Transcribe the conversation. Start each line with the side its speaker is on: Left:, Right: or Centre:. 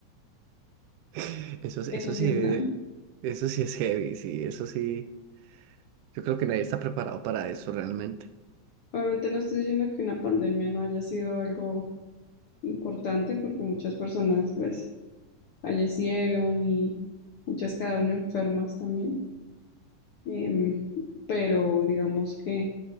Right: <laughs> Eso,
Left: <laughs>
Right: es- eso
Left: Eso sí
Right: sí,
Left: es
Right: e-
Left: grave.
Right: eso sí es heavy, sí, eso sí. Yo creo que nadie está preparado para eso realmente.
Left: Obviamente no estoy diciendo que una pandemia no haya sido algo importante, porque muchas personas pues fallecieron y muchas quedaron enfermas también. Em, pero digamos que